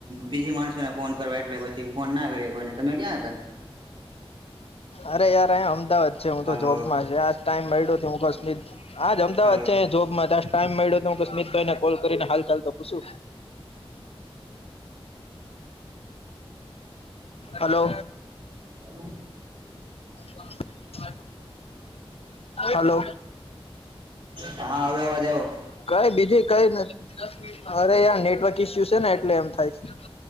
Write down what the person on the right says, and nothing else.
બીજી માણસોને ફોન કરવા એટલે પછી ફોન ના કરી કોઈને તમે ક્યાં હતા
હલો
હલો
હલો
હા હવે અવાજ આવ્યો